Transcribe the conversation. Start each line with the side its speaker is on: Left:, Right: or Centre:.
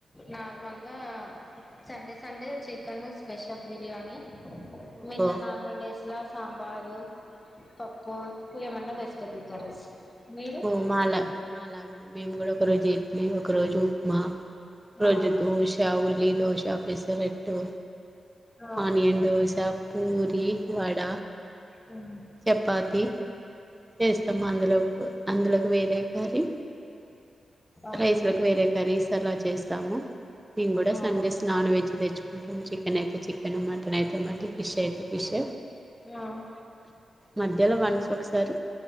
Left: నార్మల్గా Sunday Sunday chicken special biryani
Right: ఓహో
Left: మీతో నార్మల్ డేస్లో సాంబారు పప్పు ఇగ ఏమన్న వెజిటబుల్ కర్రీస్ మీరు
Right: మ్ మాలా మా లాగనే మేము కూడా ఒక రోజు ఇడ్లీ ఒక రోజు ఉప్మా ఒక
Left: ఆ
Right: రోజు దోష ఉల్లిదోశ పేసరెట్టు
Left: ఆ
Right: ఆనియన్ దోశ పూరి వడ
Left: ఉమ్,
Right: చపాతి చేస్తాము
Left: ఉమ్,
Right: అందులో అందులోకి వేరే కర్రీ
Left: ఓకే
Right: రైస్ లోకి వేరే కర్రీ ఇస్సలా చే చేస్తాము మేం గుడ
Left: ఆ
Right: సండేస్ నాన్ వెజ్ తెచ్ చికెన్ అయితే చికెన్ మటన్ అయితే మటి ఫిష్ అయితే ఫిష్
Left: ఆ
Right: మధ్యలో వన్స్ ఒకసారి